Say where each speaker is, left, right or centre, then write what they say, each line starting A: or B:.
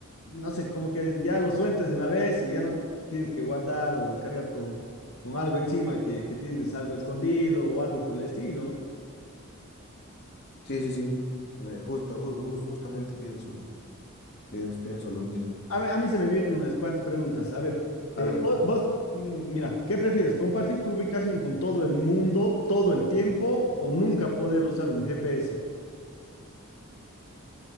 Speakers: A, on the left (about 80°); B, on the left (about 55°).
A: no sé, como que ya lo sueltas de una vez y ya no tienes que guardar o cargar con, con algo encima que, que tienes algo escondido o algo por el estilo, ¿no?
B: Sí, sí, sí. Me, justo, ju- ju- justamente pienso, pienso, pienso lo mismo.
A: A, mí a mí se me vienen unas cuantas preguntas. A ver,
B: A
A: eh,
B: ver,
A: vos, vos, mm, mira, ¿qué prefieres? ¿Compartir tu ubicación con todo el mundo todo el tiempo o nunca poder usar un GPS?